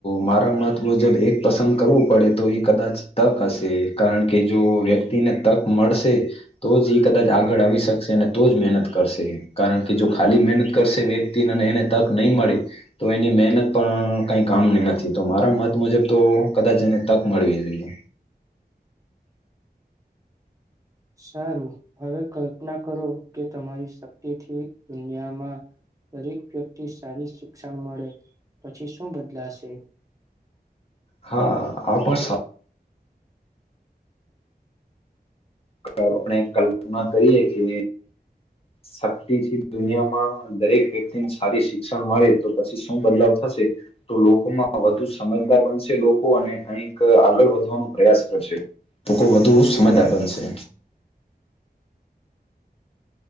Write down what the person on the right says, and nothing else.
સારું હવે કલ્પના કરો કે તમારી શક્તિથી દુનિયામાં દરેક વ્યક્તિ સારી શિક્ષણ મળે, પછી શું બદલાશે?